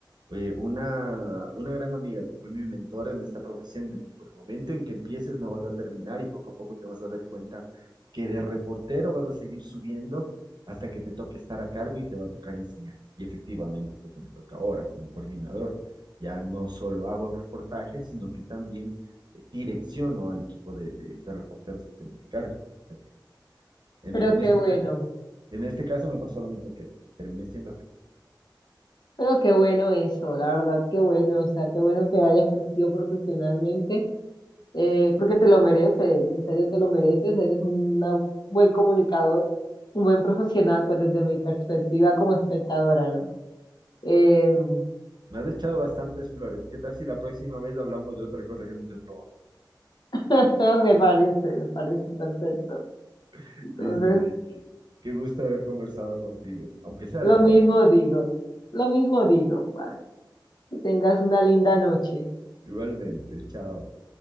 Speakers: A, on the right (about 65°); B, on the left (about 65°).
A: eh, una, una gran amiga que fue mi mentora en esta profesión me dijo, el momento en que empieces no vas a terminar y poco a poco te vas a dar cuenta que de reportero vas a seguir subiendo hasta que te toque estar a cargo y te va a tocar enseñar. Y efectivamente es lo que me toca ahora como coordinador. Ya no solo hago reportajes, sino que también eh, direcciono al equipo de, de- de reporteros que tengo a mi cargo. O sea que En,
B: pero
A: en
B: qué
A: este,
B: bueno.
A: ca- en este caso me pasó lo mismo que terminé siendo jefe.
B: Pero qué bueno eso, la verdad, qué bueno. O sea, qué bueno que hayas crecido profesionalmente eh, porque te lo mereces, en serio te lo mereces, eres una- un buen comunicador, un buen profesional, pues desde mi perspectiva como espectadora, ¿no? Em,
A: Me has echado bastantes flores. ¿Qué tal si la próxima vez hablamos de otra cosa que no sea trabajo?
B: <laughs> me parece, me parece perfecto.
A: <laughs>
B: Entonces,
A: Listo, Vicky. Qué gusto haber conversado contigo, aunque sea
B: lo
A: de trabajo.
B: mismo digo, lo mismo digo, Paz. Que tengas una linda noche.
A: Igualmente, chao.